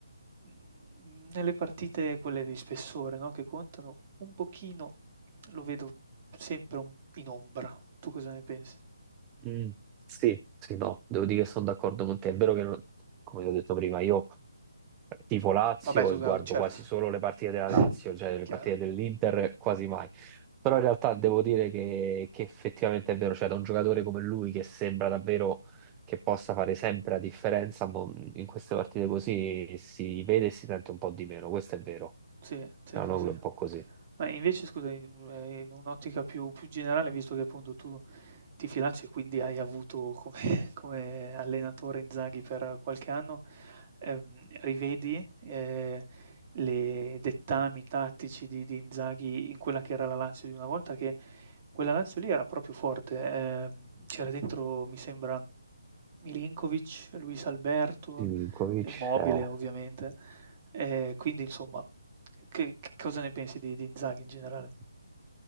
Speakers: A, on the right; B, on the right.
A: mhmm, nelle partite quelle di spessore, no, che contano, un pochino lo vedo sempre un in ombra. Tu cosa ne pensi?
B: Mm, sì, sì, no, devo dire che sono d'accordo con te. È vero che, non- come ti ho detto prima, io Tifo Lazio
A: Vabbè, tu
B: e
A: eh,
B: guardo
A: certo,
B: quasi solo le partite della
A: <laughs>
B: Lazio, cioè le
A: chiaro.
B: partite dell'Inter quasi mai. Però in realtà devo dire che, che effettivamente è vero, cioè da un giocatore come lui che sembra davvero che possa fare sempre la differenza, mo in queste partite così si vede e si sente un po' di meno, questo è vero.
A: Sì, sì,
B: Cianoglu
A: sì, sì.
B: è un po' così.
A: Ma invece scusami, mhmm, ehm, in un'ottica più più generale, visto che appunto tu ti filacci e quindi hai avuto come <laughs> come allenatore Inzaghi per qualche anno, ehm, rivedi, ehm, le dettami tattici di di Inzaghi in quella che era la Lazio di una volta che quella Lazio lì era proprio forte, ehm, c'era dentro mi sembra Milinkovic, Luis Alberto,
B: Milinkovic,
A: Immobile
B: eh.
A: ovviamente, ehm, quindi insomma che che cosa ne pensi di di Inzaghi in generale?